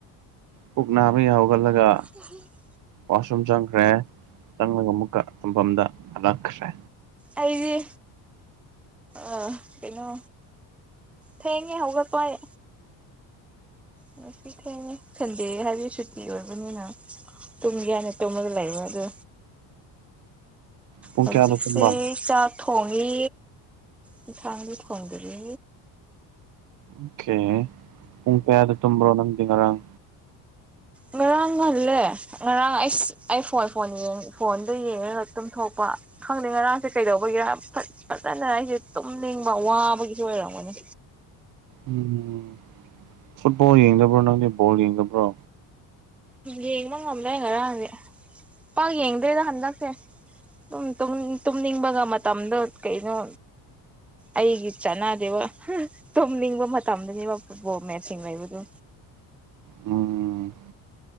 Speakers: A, on the right; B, in the centre.
A: ꯄꯨꯛ ꯅꯥꯕꯒꯤ ꯍꯧꯒꯠꯂꯒ
B: <unintelligible>
A: ꯋꯥꯁꯔꯨꯝ ꯆꯪꯈ꯭ꯔꯦ ꯆꯪꯂꯒ ꯑꯃꯨꯛꯀ ꯇꯨꯝꯐꯝꯗ ꯍꯜꯂꯛꯈ꯭ꯔꯦ
B: ꯑꯩꯗꯤ ꯑ ꯀꯩꯅꯣ ꯊꯦꯡꯉꯦ ꯍꯧꯒꯠꯄ ꯑꯩ ꯉꯁꯤ ꯊꯦꯡꯉꯦ ꯊꯤꯟ ꯗꯦ ꯍꯥꯏꯕꯒꯤ ꯁꯨꯇꯤ ꯑꯣꯏꯕꯅꯤꯅ ꯇꯨꯝꯒꯦ ꯍꯥꯏꯅ ꯇꯨꯝꯃꯒ ꯂꯩꯕ ꯑꯗꯨ
A: ꯄꯨꯡ
B: ꯍꯧꯖꯤꯛꯁꯦ
A: ꯀꯌꯥꯗ ꯇꯨꯝꯕ
B: ꯆꯥꯛ ꯊꯣꯡꯉꯤ ꯌꯦꯟꯁꯥꯡꯗꯤ ꯊꯣꯡꯗ꯭ꯔꯤ
A: ꯑꯣ ꯀꯦ ꯄꯨꯡ ꯀꯌꯥꯗ ꯇꯨꯝꯕ꯭ꯔꯣ ꯅꯪꯗꯤ ꯉꯔꯥꯡ
B: ꯉꯔꯥꯡ ꯍꯜꯂꯦ ꯉꯔꯥꯡ ꯑꯩꯁ ꯑꯩ ꯐꯣꯟ ꯐꯣꯟ ꯌꯦꯡ ꯐꯣꯟꯗꯣ ꯌꯦꯡꯉꯒ ꯇꯨꯝꯊꯣꯛꯄ ꯈꯪꯗꯦ ꯉꯔꯥꯡ ꯀꯩꯗꯧꯕꯒꯤꯔ ꯐꯠ ꯐꯖꯅ ꯑꯩꯁꯦ ꯇꯨꯝꯅꯤꯡꯕ ꯋꯥꯕꯒꯤꯁꯨ ꯑꯣꯏꯔꯝꯒꯅꯤ
A: ꯎꯝ ꯐꯨꯠꯕꯣꯜ ꯌꯦꯡꯗꯕ꯭ꯔꯣ ꯅꯪꯗꯤ ꯕꯣꯜ ꯌꯦꯡꯗꯕ꯭ꯔꯣ
B: ꯌꯦꯡꯕ ꯉꯝꯂꯦ ꯉꯔꯥꯡꯗꯤ ꯄꯥꯛ ꯌꯦꯡꯗꯦꯗ ꯍꯟꯗꯛꯁꯦ ꯇꯨꯝ ꯇꯨꯝꯅꯤꯡꯕꯒ ꯃꯇꯝꯗꯣ ꯀꯩꯅꯣ ꯑꯩꯒꯤ ꯆꯠꯅꯗꯦꯕ ꯍꯥ ꯇꯨꯝꯅꯤꯡꯕ ꯃꯇꯝꯗꯅꯦꯕ ꯐꯨꯠꯕꯣꯜ ꯃꯦꯠꯆꯁꯤꯡ ꯂꯩꯕꯗꯨ
A: ꯎꯝ